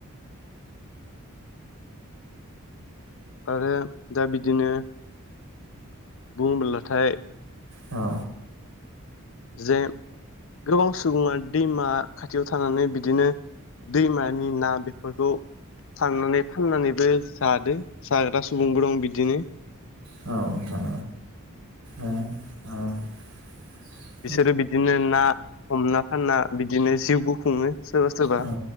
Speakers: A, on the left; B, on the right.
A: आरो दा बिदिनो। बुङोब्लाथाय।
B: औ।
A: जे गोबां सुबुङा दैमा खाथियाव थानानै बिदिनो दैमानि ना बेफोरखौ- थांनानै फाननानैबो जादो, जाग्रा सुबुंबो दं बिदिनो।
B: औ नोंथां औ ओ ओ
A: बिसोरो बिदिनो ना हमना फानना, बिदिनो जिउबो खुङो सोरबा सोरबा।
B: औ